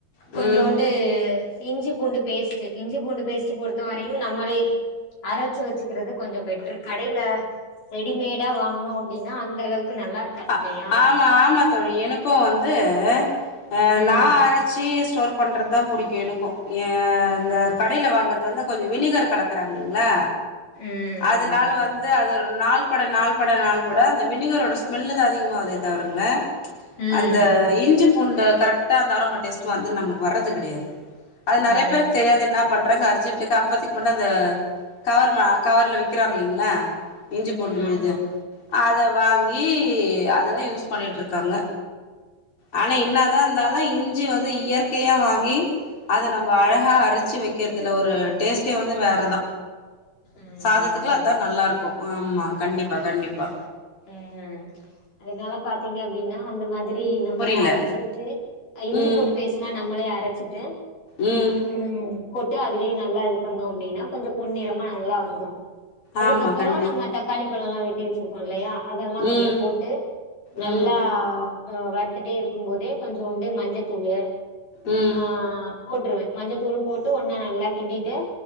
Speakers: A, on the left (about 45°); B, on the left (about 85°).
A: ம்
B: கொஞ்சோண்டு இஞ்சி பூண்டு பேஸ்ட் இஞ்சி பூண்டு பேஸ்ட்ட் பொறுத்த வரையும் நம்மளே அரைச்சு வச்சுக்கிறது கொஞ்சோ பெட்டரு கடையில ரெடிமேடா வாங்கனோ அப்டின்னா அந்த அளவுக்கு நல்லா இருக்காது
A: அ
B: இல்லையா
A: ஆமா ஆமா தோழி எனக்கு வந்து அஹ்
B: ம்
A: நான் அரைச்சி ஸ்டோர் பண்ணுறது தா புடிக்கு எனக்கு ஏ இந்த கடையில் வாங்கறது வந்து கொஞ்ச வினிகர் கலக்கறாங்க இல்லலைங்களா
B: ம்
A: அதனால
B: ஆமா ஆமா
A: வந்து அது ஒரு நாள் பட நாள்பட நாள்பட அந்த வினிகரோட ஸ்மெல்லு தா அதிகமாகுதே தவிருதங்களே
B: ம்
A: அந்த இஞ்சிப் பூண்டு கரெக்டாக அந்த ஆரோமா டேஸ்ட்டு வந்து நமக்கு வரது கெடையாது அது நெறைய
B: ம்
A: பேருக்கு தெரியாது என்ன பண்றாங்க அர்ஜ ஜெண்டுக்கு அப்பத்துக்கு மட்டும் அந்த கவர் ம கவர்ல விக்கிறாங்க இல்லைங்களா இஞ்சி பூண்டு
B: ம்
A: விழுது
B: ஆமா
A: அத வாங் கி அததா யூஸ் பண்ணிட்டுருக்காங்க ஆனா என்னாதா இருந்தாலு இஞ்சி வந்து இயற்கையா வாங்கி அத நம்ம அழகா அரிச்சு வைக்கறிறதுல ஒரு டேஸ்ட்டே வந்து வேறதா
B: ம்
A: சாதத்துக்கு
B: ஆமா
A: எல்லா அதா
B: தோழி
A: நல்லா இருக்கு ஆமாம் கண்டிப்பா கண்டிப்பா
B: ஹம் அதனால பாத் ங்க அப்டின்னா அந்த மாதிரி நம்பளே
A: புரில
B: அரைச்சிட்டு டு அ இஞ்சி
A: ம்
B: பூண்டு பேஸ்ட்னா நம்பளே அ ரச்சிட்டு
A: ம்
B: ம் போட்டு அதுலேயே நல்லா இது பண்ணோ அப்டின்னா கொஞ்சோ பொன் நிறமா நல்லா வந்துரு அதுக்கப்பறோ
A: ஆமா கண்டி
B: நம்ம தக்காளி பழோல்லா வெட்டி வெச்சிரு ப்போ இல்லயா அதெல்லா கொஞ்சோ
A: ம்
B: போட்டு நல்லா
A: ம்
B: ஆ வறுத்துட்டே இருக்கும் போதே கொஞ்சோண்டு மஞ்சத்தூளு
A: ம்
B: ஆ போட்டுருவே மஞ்சத்தூளு போட்டு ஒன்னா நல்லா கிண்டிட்டு